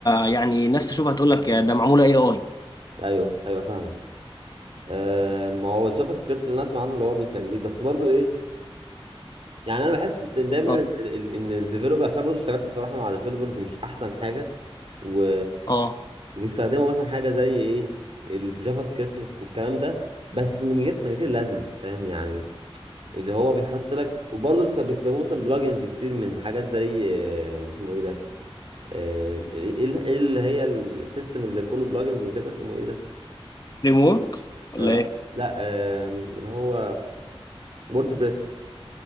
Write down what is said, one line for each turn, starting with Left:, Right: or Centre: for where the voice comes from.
Left: يعني ناس تشوفها تقول لك يا ده معموله اي اي
Right: ايوه ايوه فاهمك آه، ما هو الجافا سكريبت اللي انا اسمع عنه اللي هو بيخليك بس برضو ايه يعني انا بحس ان دايما
Left: اه
Right: ان ال- ان الديفلوبر عشان برضو اشتغلت بصراحه مع ديفلوبرز مش احسن حاجه و...
Left: اه
Right: وبيستخدموا مثلا حاجه زي ايه الجافا سكريبت والكلام ده بس من غير من غير لازمه فاهم يعني اللي هو بيحط لك وبرضه بس- بيستخدموا مثلا بلجنز كتير من حاجات زي آه، اسمه ايه ده آه، ايه إيه اللي هي السيستم اللي كله بلجنز وكده اسمه ايه ده
Left: فريم ورك ولا
Right: آه،
Left: ايه
Right: لا آم، اللي هو وورد بريس